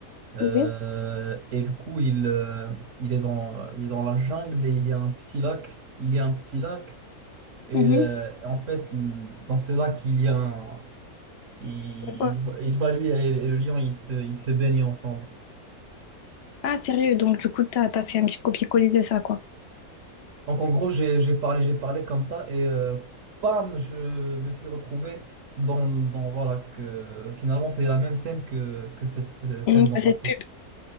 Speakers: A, on the right; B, on the left.
A: Euh,
B: Oui.
A: et du coup, il, euh, il est dans, il est dans la jungle et il y a un petit lac. Il y a un petit lac. Et
B: Mhm.
A: euh, en fait, l- dans ce lac, il y a un- il,
B: C'est quoi
A: il, il va lui et, et le lion, ils se, ils se baignent ensemble.
B: Ah, sérieux, donc du coup, t'as, t'as fait un petit copier-coller de ça, quoi.
A: Donc en gros, j'ai, j'ai parlé, j'ai parlé comme ça et euh, bam, je me suis retrouvé dans, dans voilà que finalement c'est la même scène que, que cette euh, scène
B: Mhm.
A: dans
B: Cette
A: la pub.
B: pub.